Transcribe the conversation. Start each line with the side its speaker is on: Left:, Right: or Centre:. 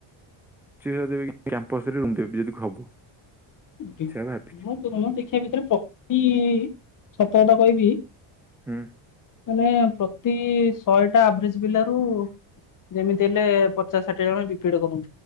Centre: ଚିଶ ଦେବେ କି, କ୍ୟାମ୍ପସରେ ରୁମ୍ ଦେବେ ଯଦି ହବ।
Left: ତି
Centre: ସେଇଆ ଭାବିଛି
Left: <inaudible> ଦେଖିବା ଭିତରେ ପ୍ରତି ସତକତା କହିବି।
Centre: ହୁଁ।
Left: ମ୍ୟାମ୍ ପ୍ରତି ଶହେଟା ଆଭରେଜ୍ ପିଲାରୁ। ଯେମିତି ହେଲେ ପଚାଶ ଷାଠିଏ ଜଣ ବିପିଡ କ।